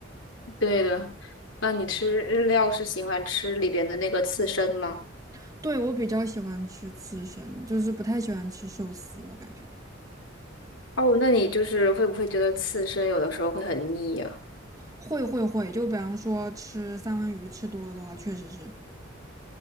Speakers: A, on the left; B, on the right.
A: 对的，那你吃日料是喜欢吃里边的那个刺身吗？
B: <laughs> 对，我比较喜欢吃刺身，就是不太喜欢吃寿司，我感觉。
A: 哦，那你就是会不会觉得刺身有的时候会很腻呀？
B: 会会会，就比方说吃三文鱼吃多了的话，确实是。